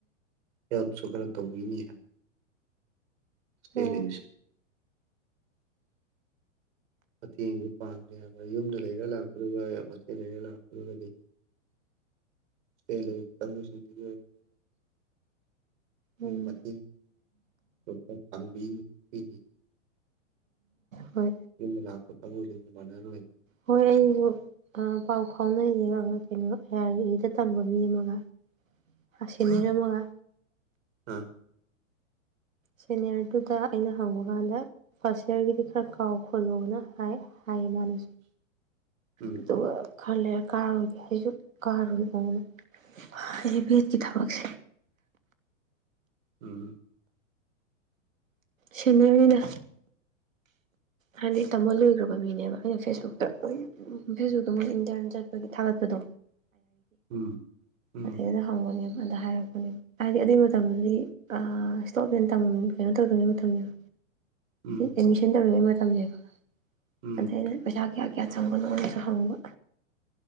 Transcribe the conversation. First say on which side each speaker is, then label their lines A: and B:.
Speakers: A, on the right (about 60°); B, on the right (about 85°).
A: ꯍꯦꯜꯞꯁꯨ ꯈꯔ ꯇꯧꯕꯤꯅꯤ ꯍꯥꯏ <unintelligible>
B: ꯑꯣ
A: ꯃꯇꯦꯡꯗꯤ ꯄꯥꯡꯉꯦ ꯍꯥꯏꯕ ꯌꯨꯝꯗ ꯂꯩꯔ ꯂꯥꯛꯄꯗꯨꯒ ꯍꯣꯁꯇꯦꯜ ꯂꯩꯔ ꯂꯥꯛꯄꯗꯨꯒꯗꯤ <unintelligible> ꯑꯩꯈꯣꯏꯒꯤ
B: ꯎꯝ
A: ꯃꯇꯦꯡ ꯈꯔ ꯄꯥꯡꯕꯤ ꯄꯤꯅꯤ
B: ꯍꯣꯏ
A: ꯌꯨꯝꯅ ꯂꯥꯛꯄ ꯀꯥꯡꯕꯨꯁꯤꯡꯒ ꯃꯥꯟꯅꯔꯣꯏ
B: ꯍꯣꯏ ꯑꯩꯁꯨ ꯄꯥꯎ ꯐꯥꯎꯅ ꯌꯦꯡꯉꯒ ꯀꯩꯅꯣ ꯑꯥꯏ ꯑꯥꯔ ꯏꯗ ꯇꯝꯕ ꯃꯤ ꯑꯃꯒ ꯑ ꯁꯤꯅꯤꯔ ꯑꯥꯃꯒ
A: ꯑꯝ
B: ꯁꯦꯅꯤꯌꯔꯗꯨꯗ ꯑꯩꯅ ꯍꯪꯕ ꯀꯥꯟꯗ ꯐꯥꯔꯁ ꯌꯤꯌꯔꯒꯤꯗꯤ ꯈꯔ ꯀꯥꯎ ꯈꯣꯠꯂꯣꯅ ꯍꯥꯏ ꯍꯥꯏꯌꯦ ꯃꯥꯅꯁꯨ
A: ꯎꯝ
B: ꯑꯗꯨꯒ ꯈꯜꯂ ꯂꯩꯔꯒ ꯀꯥꯔꯨꯔꯣꯏꯒꯦ ꯑꯩꯁꯨ ꯀꯥꯔꯨꯅꯣꯅ ꯍꯥꯏꯗꯤ ꯕꯦꯠꯀꯤ ꯊꯕꯛꯁꯦ
A: ꯎꯝ
B: ꯁꯤꯅꯤꯗ ꯍꯥꯏꯗꯤ ꯇꯝꯕ ꯂꯣꯏꯈ꯭ꯔꯕ ꯃꯤꯅꯦꯕ ꯑꯩꯅ ꯐꯦꯁꯕꯨꯛꯇ ꯂꯣꯏ ꯐꯦꯁꯕꯨꯛꯇ ꯃꯣꯏ ꯏꯟꯇꯔꯟ ꯆꯠꯄꯒꯤ ꯊꯥꯒꯠꯄꯗꯣ
A: <inaudible> ꯎꯝ
B: ꯑꯗꯩꯗ ꯍꯪꯕꯅꯦꯕ ꯑꯗ ꯍꯥꯏꯔꯛꯄ ꯍꯥꯏꯗꯤ ꯑꯗꯨꯒꯤ ꯃꯇꯝꯗꯨꯗꯤ ꯏꯁꯇꯣꯞꯅꯦꯟ ꯀꯩꯅꯣ ꯇꯧꯗ꯭ꯔꯤꯉꯩ ꯃꯇꯝꯅꯤꯅ
A: ꯎꯝ
B: ꯑꯦꯠꯃꯤꯁꯟ ꯇꯧꯔꯤꯉꯩ ꯃꯇꯝꯅꯦꯕ
A: ꯎꯝ
B: ꯑꯗꯩꯗꯤ ꯄꯩꯁꯥ ꯀꯌꯥ ꯀꯌꯥ ꯆꯪꯕꯅꯣꯅꯁꯨ ꯍꯪꯕ